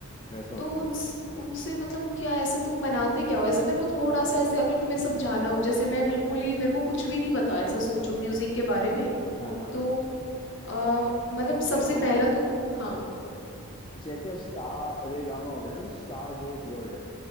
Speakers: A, on the left; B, on the left.
A: वैसा होता
B: तो उन
A: है
B: उनसे मतलब क्या ऐसे तुम बनाते क्या हो ऐसे मेरे को थोड़ा सा ऐसे अगर तुम्हें समझाना हो जैसे
A: हाँ हाँ
B: मैं बिल्कुल ही मेरे को कुछ भी नहीं पता ऐसा सोचो म्यूजिक के बारे में
A: हाँ हाँ
B: तो आ, मतलब सबसे
A: देखो
B: पहला तुम हाँ
A: जैसे अब सा रे गामा हो गया ना तो सा जो एक वर्ड है